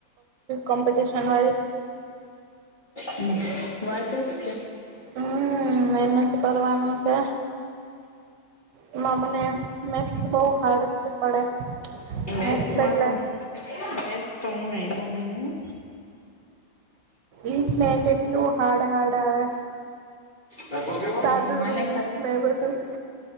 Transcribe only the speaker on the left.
હમ વાતસ કે
એસમાં
તો સ તોમને ગ મની
મ ખલી
મ અને